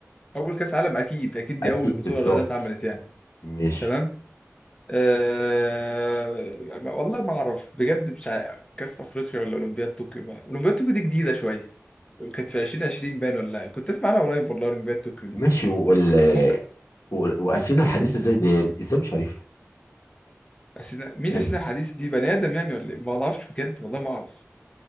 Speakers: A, on the left; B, on the left.
A: اول كاس عالم اكيد اكيد دي
B: أكيد
A: اول بطوله
B: بالظبط
A: الرياضات اتعملت يعني
B: ماشي
A: تمام أه ما- والله ما اعرف بجد مش عارف كاس افريقيا ولا اولمبياد طوكيو بقى. اولمبياد طوكيو دي جديده شويه كانت في 2020 باين ولا إيه؟ كنت اسمع انا قريب والله اولمبياد طوكيو دي
B: ماشي وال...
A: ممكن
B: و- وأثينا الحديثة ازاي دي ازاي مش عارفها
A: أثينا مين
B: مم.
A: أثينا الحديث دي بني آدم يعني ولا إيه؟ ما أعرفش بجد والله ما أعرف